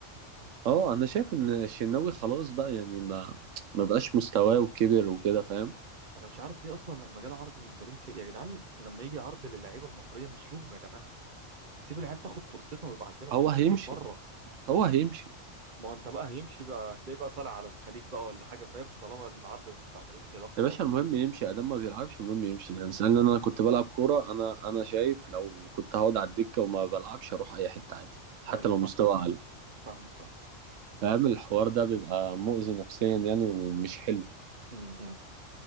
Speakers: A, on the right; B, on the right.
A: اه انا شايف ان الشناوي خلاص بقى يعني ما ما بقاش مستواه وكبر وكده فاهم
B: انا مش عارف ليه اصلا لما جاله عرض من فالنسيا يا جدعان لما يجي عرض للعيبه المصريه مشوهم يا جماعه سيب العيال تاخد فرصتها ويبقى عندنا محترفين
A: هو هيمشي
B: بره
A: هو هيمشي
B: ما هو انت بقى هيمشي بقى هتلاقيه بقى طالع على الخليج بقى ولا حاجه فاهم طالما العرض بتاع فالنسيا ده خلاص
A: يا باشا المهم يمشي ادام ما بيلعبش المهم يمشي يعني سألني انا كنت بلعب كوره انا انا شايف لو كنت هقعد على الدكه وما بلعبش اروح اي حته عادي حتى
B: ايوه
A: لو
B: فاهمك
A: مستوى اقل
B: فاهمك فاهمك فاهم
A: فاهم الحوار ده بيبقى مؤذي نفسيا يعني ومش حلو
B: امم